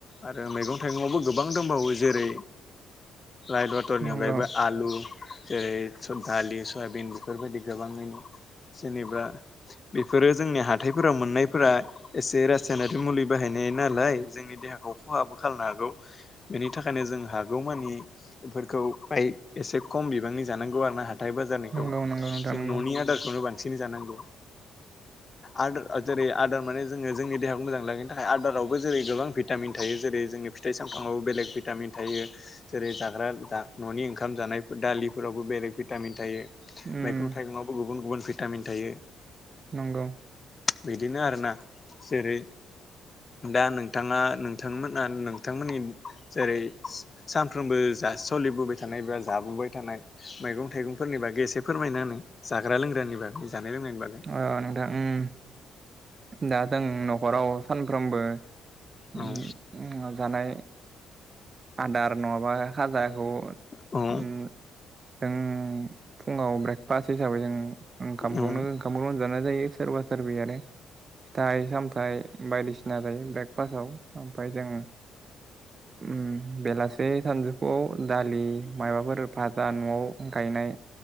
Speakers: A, on the left (about 30°); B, on the right (about 40°).
A: आरो मैगं थाइगंआवबो गोबां दंबावो जेरै लाइ मटरनि
B: नंगौ
A: अनगायैबो आलु जेरै दालि सयाबिन बेफोरबायदि गोबाङैनो जेनेबा बेफोरो जोंनि हाथायफोराव मोननायफोरा एसे रासायनारि मुलि बाहायनाय नालाय जोंनि देहाखौ खहाबो खालामनो हागौ बेनि थाखायनो जों हागौमानिफोरखौ खौ फाय एसे खम बिबांनि जानांगौ आरो ना हाथाय बाजारनिखौ
B: नंगौ नंगौ नोंथां
A: जों
B: नंगौ
A: न'नि आदारखौनो बांसि बांसिन जानांगौ आदार जेरै आदार माने जोङो जोंनि देहाखौ मोजां लाखिनो थाखाय आदाराव बो जेरै गोबां भिटामिन थायो जेरै जोंङो फिथाइ सामथामावबो बेलेग भिटामिन थायो जेरै जाग्रा न'नि ओंखाम जानायफोर दालिफोरावबो बेलेग भिटामिन थायो
B: उम
A: मैगं थाइगङावबो गुबुन गुबुन भिटामिन थायो
B: नंगौ
A: बिदिनो आरोना जेरै दा नोंथाङा नोंथांमोना नोंथांमोननि जेरै सानफ्रोमबो जा सो सोलिबोबाय थानाय एबा जाबोबाय थानाय मैगं थाइगं फोरनि बागै एसे फोरमायना होन जाग्रा लोंग्रानि बागै जानाय लोंनायनि बागै
B: आं आं नोंथां दा जों न'खराव सानफ्रोमबो
A: औ
B: उम उम जानाय आदार नङाबा खाजाखौ
A: खौ
B: उम जों फुङाव ब्रेकफास्ट हिसाबै जों ओंखामखौनो
A: दानियाथ'
B: ओंखामखौनो जानाय जायो सोरबा सोरबि आरो फिथाइ सामथाइ बायदिसिना जायो ब्रेकफास्टाव ओमफ्राय जों उम बेलासे सानजौफुआव दालि मायबाफोर फाजा न'आव गायनाय